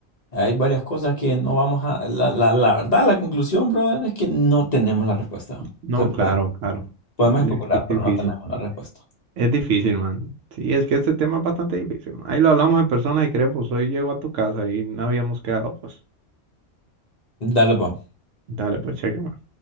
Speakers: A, on the left; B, on the right.
A: hay varias cosas que no vamos a... La, la, la verdad, la conclusión, brother, es que no tenemos la respuesta. O
B: No,
A: sea, podemos
B: claro, claro.
A: podemos
B: Mm,
A: especular,
B: Es que es
A: pero
B: difícil.
A: no tenemos la respuesta.
B: Es difícil, man. Sí, es que este tema es bastante difícil, man. Ahí lo hablamos en persona y creo, pues hoy llego a tu casa y no habíamos quedado, pues.
A: Dale, pues.
B: Dale, pues cheque, man.